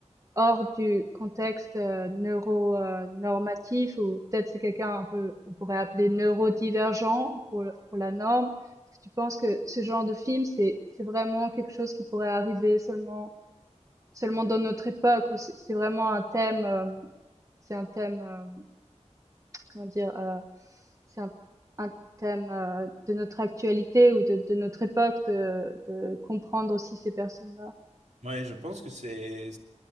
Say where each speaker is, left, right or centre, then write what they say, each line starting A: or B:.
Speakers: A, on the right; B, on the right.
A: hors du contexte euh, neuro euh, normatif ou peut-être c'est quelqu'un un peu on pourrait appeler neurodivergent pour le- pour la norme. Est-ce que tu penses que ce genre de film c'est c'est vraiment quelque chose qui pourrait arriver seulement seulement dans notre époque ou c'est c'est vraiment un thème euh, c'est un thème euh, comment dire euh, c'est un, un thème euh, de notre actualité ou de, de notre époque de, de comprendre aussi ces personnes-là.
B: Ouais, je pense que c'est